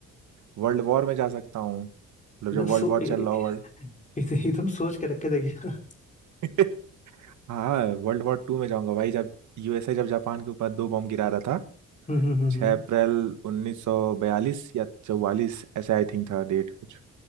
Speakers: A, on the right (about 70°); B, on the left (about 25°).
A: वर्ल्ड वॉर में जा सकता हूँ मतलब
B: एकदम
A: जब वर्ल्ड
B: सो
A: वॉर
B: ए-
A: चल रहा
B: <laughs>
A: हो वर्ल्ड
B: ए- एकदम सोच के रखे थे क्या <laughs>
A: <laughs> हाँ वर्ल्ड वॉर टू में जाऊंगा भाई जब यूएसए जब जापान के ऊपर दो बॉम्ब गिरा रहा था
B: हम्म हम्म हम्म
A: 6
B: हम्म।
A: अप्रैल 1942 या 44 ऐसे आई थिंक था डेट कुछ